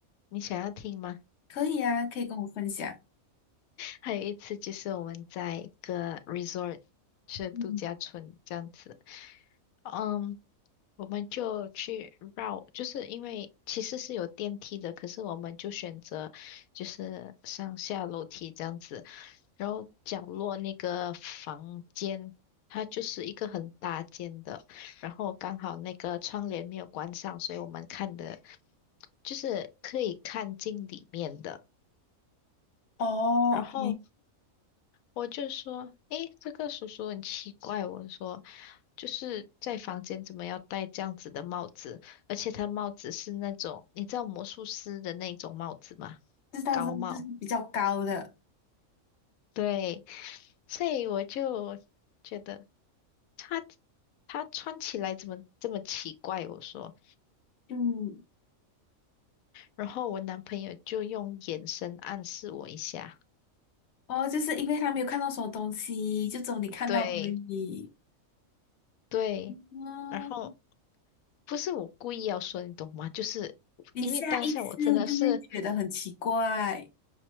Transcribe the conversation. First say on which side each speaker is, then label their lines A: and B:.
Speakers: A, on the left; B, on the left.
A: 你想要听吗？
B: 可以啊，可以跟我分享。
A: 还有一次就是我们在一个 resort，是度假村这样子。
B: 嗯，
A: 嗯。我们就去绕，就是因为其实是有电梯的，可是我们就选择就是上下楼梯这样子。然后角落那个房间，它就是一个很大间的，然后刚好那个窗帘没有关上，所以我们看的就是可以看进里面的。
B: 哦，OK，
A: 然后。我就说，诶，这个叔叔很奇怪。我说，就是在房间怎么要戴这样子的帽子？而且他帽子是那种，你知道魔术师的那种帽子吗？
B: 知道这道，
A: 高帽。
B: 就是比较高的，
A: 对，所以我就觉得他他穿起来怎么这么奇怪？我说，
B: 嗯。
A: 然后我男朋友就用眼神暗示我一下。
B: 哦，就是因为他没有看到什么东西，就只有你看到而已。
A: 对对，
B: 嗯，
A: 然后不是我故意要说，你懂吗？就是因为当下我真的是。
B: 你下意识就会觉得很奇怪。